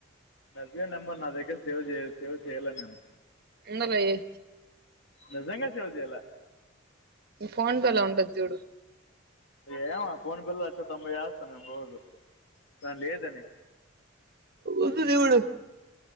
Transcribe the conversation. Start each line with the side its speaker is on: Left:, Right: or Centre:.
Left: నవ్య నంబర్ నా దగ్గర సేవ్ చేయా సేవ్ చేయల నేను
Right: ఇంద లో ఎయి
Left: నిజంగా సేవ్ చెయ్యల
Right: నీ ఫోన్ పే లో ఉంటది చూడు
Left: ఏమ పోని పిల్ల అచ్చా తొంభై ఎస్తాను ఏమో రోజు కానీ లేదని
Right: ఉంది చూడు